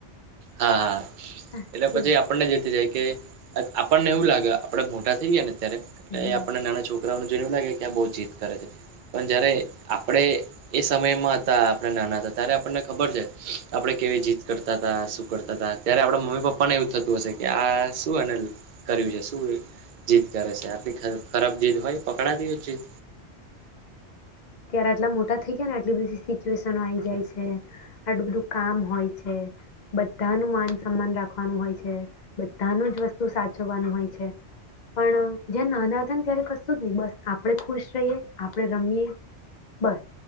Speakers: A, on the right (about 55°); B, on the left (about 50°).
A: હા હા
B: સાચે
A: એટલે પછી આ આપણને જીતી જાય કે આપણને એવું લાગે આપડે મોટા થઈએ ને ત્યારે
B: હમ
A: એ આપણને નાના છો રાઓ જોઈને એવું લાગે કે આ બહુ જીદ કરે છે પણ જયારે આપણે એ સમયમાં હતા આપણે નાના હતા ત્યારે આપણને ખબર છે આપણે કેવી જીદ કરતા હતા શું કરતા હતા ત્યારે આપણા મમ્મી પપ્પાને એવું થતું હશે કે આ શું એને કર્યું છે શું જીદ કરે છે આટલી ખ ખરાબ જીદ હોય પ કડાતી હોય જીદ.
B: ત્યારે આટલા મોટા થઈ ગયાને આટલી બધી સિચવેશન આઈ જાય છે આટલું બધું કામ હોય છે બધાનું માન સન્માન રાખવાનું હોય છે બધાનું જ વસ્તુ સાચવવાનું હોય છે પણ જયારે નાના હતા ને ત્યારે કશું જ નહી બસ આપણે ખુશ રહીએ આપણે રમીએ બસ